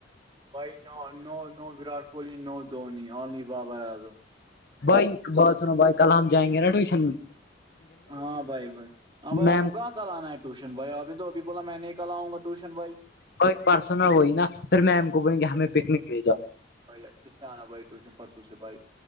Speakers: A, on the right; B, on the left.
A: بھائی no Virat Kohli no Dhoni only Babar Azam
B: بھائی بات سنو بھائی کل ہم جائیں گے نا ٹیوشن میں
A: ہاں بھائی بھائی ہاں بھائی
B: میم
A: آپ کو کہاں ک لانا ہے ٹیوشن بھائی آ نے تو ابھی بولا میں نکل آؤںا ٹوشن بھائی
B: اورئی پرارسو نہ وہی نا پھر میم کو بولیں گے ہمیں پکنک لے جاؤ
A: بائی اچھی بھائی ٹیوشن پرسوں سے بھائی